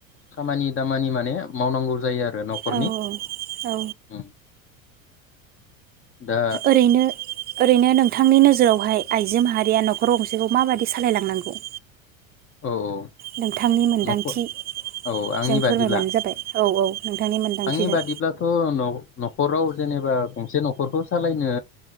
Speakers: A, on the left (about 30°); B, on the right (about 25°).
A: खामानि खामानि माने मावनांगौ जायो आरो रो न'खरनि
B: औ औ
A: उम। दा
B: ओरैनो। ओरैनो नोंथांनि नोजोरावहाय आइजो माहारिया न'खर गंसेखौ माबादि सालायलांनांगौ।
A: औ औ
B: नोंथांनि मोनदांथि
A: न'खर औ आंनि
B: जों फोरमायबानो
A: बादिब्ला
B: जाबाय औ औ। नोंथांनि मोन्दांथिजों
A: आंनि बाजदब्लाथ' नख न'खराव जेनेबा गंसे न'खरखौ सालायनो